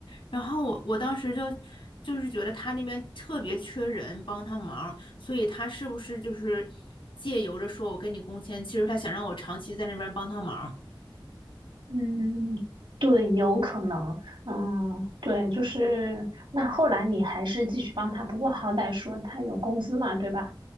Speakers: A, on the left; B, on the right.
A: 然后我我当时就就是觉得他那边特别缺人帮他忙，所以他是不是就是借由着说我跟你工签，其实他想让我长期在那边帮他忙。
B: 嗯，对，有可能。嗯，对，就是那后来你还是继续帮他，不过好歹说他有工资嘛，对吧？